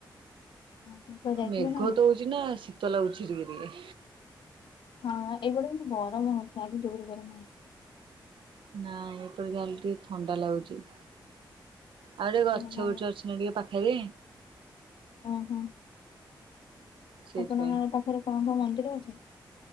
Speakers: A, on the left; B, on the right.
A: ହଁ, କୁଆଡେ ଯାଇଥିଲ
B: ମେଘ
A: ନା କଣ?
B: ଟା ହଉଛି ନା ଶୀତ ଲାଗୁଛି ଟିକେ ଟିକେ।
A: ହଁ ଏଇ ପଟେ କିନ୍ତୁ ଗରମ ହଉଥିଲା। ଏବେ ଜୋରେ ଗରମ ହେଉଛି।
B: ନାଇଁ ଏପଟେ ଯାହା ହେଲେ ଟିକେ ଥଣ୍ଡା ଲାଗୁଛି। ଆଉ ଟିକେ
A: ଓହୋ
B: ଗଛ
A: ନାଇଁ
B: ଗୁଛ ଅଛି ନା ଟିକେ ପାଖରେ
A: ଓହୋ
B: ସେଇଥିପାଇଁ।
A: ଆପଣଙ୍କ ପାଖରେ କଣ କଣ ମନ୍ଦିର ଅଛି?